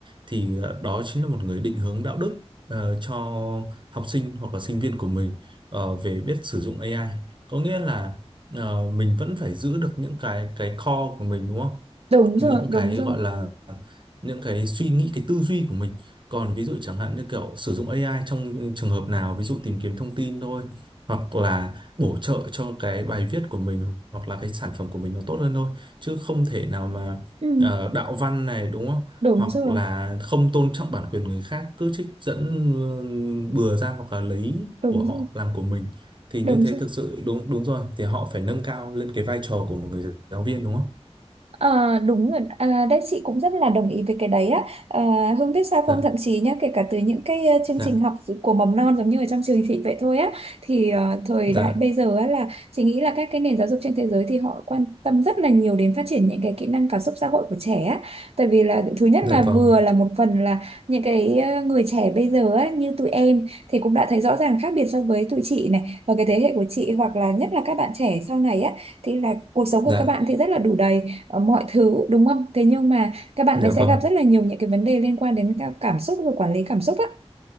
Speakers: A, on the right; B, on the right.
A: thì ờ, đó chính là một người định hướng đạo đức ờ, cho học sinh hoặc là sinh viên của mình ờ, về biết sử dụng AI có nghĩa là ờ, mình vẫn phải giữ được những cái cái core của mình đúng không
B: đúng rồi
A: những
B: đúng
A: cái
B: rồi
A: gọi là những cái suy nghĩ cái tư duy của mình còn ví dụ chẳng hạn như kiểu sử dụng AI trong trường hợp nào ví dụ tìm kiếm thông tin thôi hoặc là bổ trợ cho cái bài viết của mình hoặc là cái sản phẩm của mình nó tốt hơn thôi chứ không thể nào mà
B: ừ,
A: ờ, đạo văn này đúng không
B: đúng
A: hoặc
B: rồi
A: là không tôn trọng bản quyền người khác cứ trích dẫn ừ, bừa ra hoặc là lấy
B: đúng
A: của họ
B: rồi
A: làm của mình thì như
B: đúng
A: thế
B: rồi
A: thực sự đúng đúng rồi thì họ phải nâng cao lên cái vai trò của một người giáo viên đúng không?
B: À, đúng rồi à, đấy chị cũng rất là đồng ý với cái đấy á à, Hương biết sao không
A: Dạ.
B: thậm chí nhá kể cả từ những cái ờ, chương
A: Dạ.
B: trình học của mầm non giống như ở trong trường thị vậy thôi á thì ờ, thời
A: dạ
B: đại bây giờ á là chị nghĩ là các cái nền giáo dục trên thế giới thì họ quan tâm rất là nhiều đến phát triển những cái kỹ năng cảm xúc xã hội của trẻ á tại vì là thứ nhất
A: dạ
B: là
A: vâng
B: vừa là một phần là những cái ờ, người trẻ bây giờ á như tụi em thì cũng đã thấy rõ ràng khác biệt so với tụi chị này và cái thế hệ của chị hoặc là nhất là các bạn trẻ sau này á thì là cuộc sống của
A: dạ
B: các bạn thì rất là đủ đầy ờ, mọi thứ đúng không thế nhưng mà các bạn
A: dạ
B: ấy sẽ
A: vâng
B: gặp rất là nhiều những cái vấn đề liên quan đến cả cảm xúc và quản lý cảm xúc á